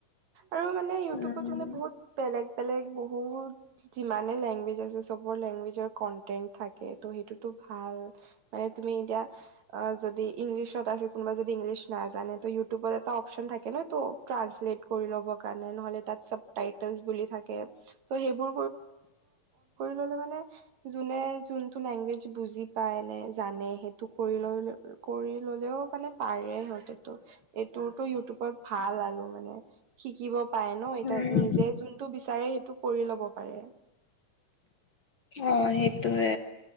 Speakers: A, on the right; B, on the left.
A: আৰু মানে ইউটিউবত
B: উম
A: মানে বহুত বেলেগ বেলেগ বহুত যিমানে লেংগুৱেজ আছে চবৰ লেংগুৱেজৰ কন্টেণ্ন্ট থাকে ত সেইটোতো ভাল অ মানে তুমি এতিয়া অ য দি ইংলিছ ত আছে কোনোবাই ইংলিছ নাজানে ত ইউটিউবত এটা অপচন থাকে ন ত টান্চ লেট কৰিব <inaudible> ললে মানে, যোনে যোনটো লেংগুৱেজ বুজি পায় নে জানে সেইটো কৰি লৈ কৰি ললেও মানে পাৰে সিহঁতেটো, এইটোতো ইউটিউবত ভাল আলো মানে। শিকিব পাই ন এতিয়া
B: উম
A: নিজে যোনটো বিচাৰে সেইটো কৰি ল'ব পাৰে
B: অঁ সেইটোৱে